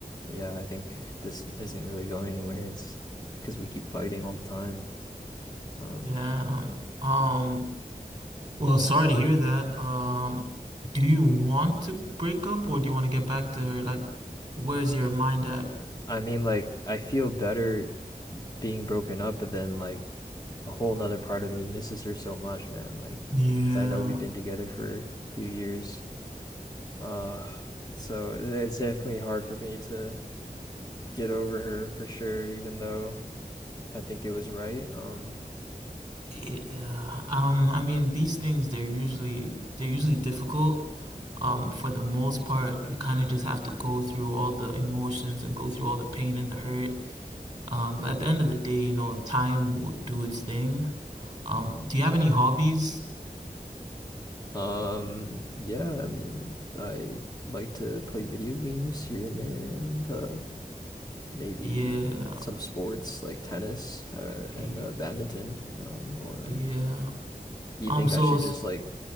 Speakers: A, on the left; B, on the right.
A: yeah I think this isn't really going anywhere it's because we keep fighting all the time um
B: Damn. Um, well, sorry to hear that. Um, do you want to break up or do you want to get back to her? Like, where's your mind at?
A: I mean like I feel better being broken up but then like a whole nother part of me misses her so much, man. Like,
B: Yeah.
A: because I know we've been together for a few years. Uh, so it's definitely hard for me to get over her for sure, even though I think it was right. Um,
B: Yeah. Um, I mean, these things they're usually they're usually difficult. Um, for the most part, you kind of just have to go through all the emotions and go through all the pain and the hurt. Um, but at the end of the day, you know, time will do its thing. Um, do you have any hobbies?
A: um, yeah, I mean, I like to play video games here and there and uh maybe
B: Yeah,
A: some sports like tennis uh, and
B: yeah,
A: uh, badminton. Um, or
B: yeah.
A: do you
B: Um,
A: think
B: so
A: I should
B: s-
A: just like